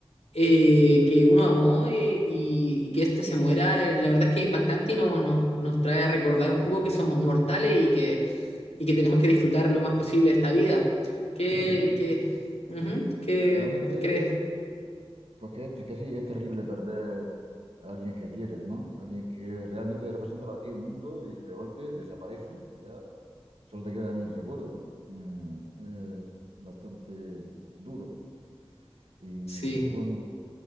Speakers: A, on the left; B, on the right.
A: eh, que uno amó eh, y, y que este se muera, eh, la verdad es que es impactante y no, no- nos trae a recordar un
B: sí.
A: poco que somos mortales y que, y que tenemos que disfrutar lo más posible esta vida. ¿Qué,
B: Sí, sí, sí.
A: qué, ujú, qué
B: Realmente
A: crees?
B: Pues que, es que sí, es terrible perder a alguien que quieres, ¿no? Alguien que realmente representa para ti un mundo y de golpe desaparece y ya solo te queda en el recuerdo. Eh, es bastante duro. Y
A: Sí,
B: bueno,